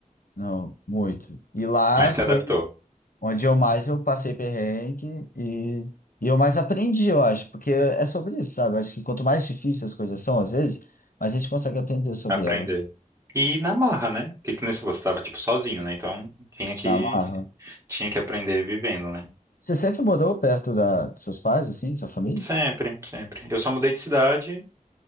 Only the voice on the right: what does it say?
Mas se
adaptou.
Aprender.
E na marra, né? Porque que nem se você tava, tipo, sozinho, né? Então, tinha que,
tinha que aprender vivendo, né?
Sempre, sempre. Eu só mudei de cidade,